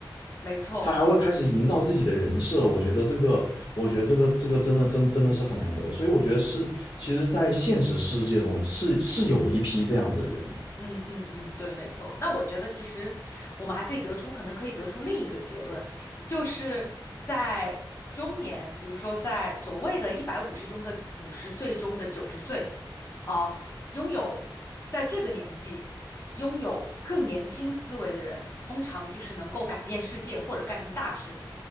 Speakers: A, on the left; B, on the left.
A: 没错。
B: 他还会开始营造自己的人设。我觉得这个，我觉得这个这个真的真真的是很难得，所以我觉得是，其实，在现实世界中是是有一批这样子的人的，
A: 嗯嗯嗯，对，没错。那我觉得其实我们还可以得出，可能可以得出另一个结论，就是在中年，比如说在所谓的一百五十中的五十岁中的九十岁，啊、拥有在这个年纪拥有更年轻思维的人，通常就是能够改变世界或者干成大事。